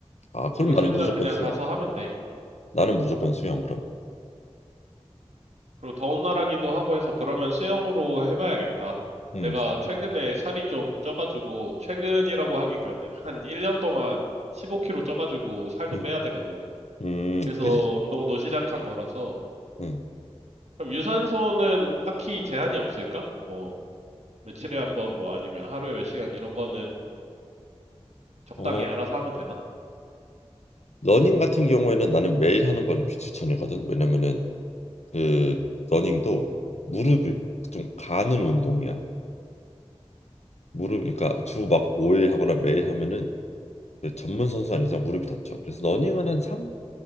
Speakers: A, on the left; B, on the right.
A: 아 그럼
B: 거기
A: 나는
B: 수영장
A: 무조건
B: 그냥
A: 수영.
B: 가서 하면
A: 응.
B: 돼.
A: 나는 무조건
B: 어.
A: 수영 그럼.
B: 그리고 더운 나라기도 하고 해서 그러면 수영으로 해봐야겠다.
A: 응.
B: 내가 최근에 살이 좀 쪄가지고, 최근이라고 하긴 그런데, 한 1년 동안 15kg 쪄가지고 살도
A: 응.
B: 빼야 되거든.
A: 음,
B: 그래서
A: 그지.
B: 운동도 시작한 거라서.
A: 응.
B: 그럼 유산소는 딱히 제한이 없을까? 뭐, 며칠에 한 번, 뭐 아니면 하루에 몇 시간 이런 거는 적당히
A: 어.
B: 알아서 하면 되나?
A: 러닝 같은 경우에는 나는 매일 하는 거는 비추천이거든. 왜냐면은 그 러닝도 무릎을 좀 가는 운동이야. 무릎 그러니까 주막 5일 하거나 매일 하면은 그 전문 선수 아닌 이상 무릎이 다쳐. 그래서 러닝은 한 3,